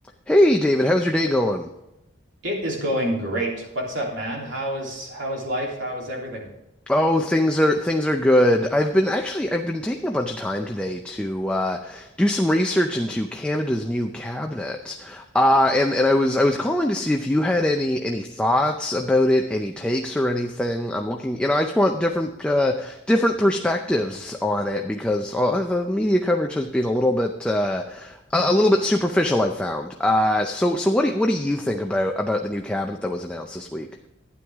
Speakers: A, in the centre; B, on the right (about 60°).
A: Hey David, how's your day going?
B: It is going great. What's up, man? How is how is life? How is everything?
A: Oh, things are things are good. I've been actually I've been taking a bunch of time today to uh, do some research into Canada's new cabinet, uh, and and I was I was calling to see if you had any any thoughts about it, any takes or anything. I'm looking, you know, I just want different uh, different perspectives on it because uh, the media coverage has been a little bit uh, a, a little bit superficial, I've found. Uh, so so what do you, what do you think about about the new cabinet that was announced this week?